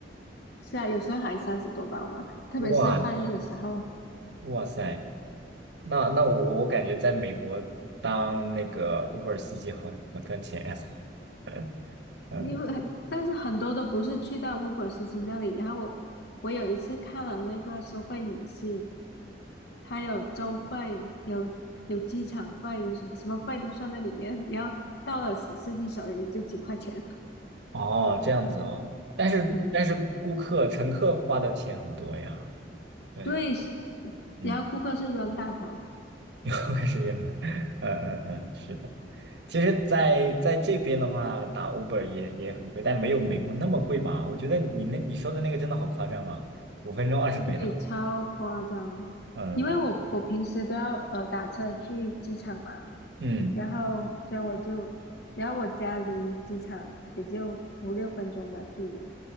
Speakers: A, on the left; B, on the right.
A: 是啊，有时候还三十多刀呢，特别是半夜的时候。
B: 哇哇塞，那那我我感觉在美国当那个 Uber 司机好好赚钱呀。<laughs> 嗯，
A: 因为很但是很多都不是去到 Uber 司机那里。然后我我有一次看了那个收费明细，它有州费，有有机场费，有什么什么费都算在里面。然后到了司司机手里也就几块钱。
B: 哦，这样子哦。但是但是顾客乘客花的钱很多呀。
A: <laughs> 嗯，
B: 对，
A: 对，
B: 嗯，
A: 然后顾客是冤大头，
B: <laughs> 我开始越南。嗯嗯嗯，是的。其实在，在这边的话，打 Uber 也也很贵，但没有美国那么贵吧？我觉得你那你说的那个真的好夸张啊！五分钟二十美刀，
A: 对，超夸张。
B: 嗯
A: 因为我我平时都要呃打车去机场嘛，
B: 嗯，
A: 然后所以我就，然后我家离机场也就五六分钟的距离，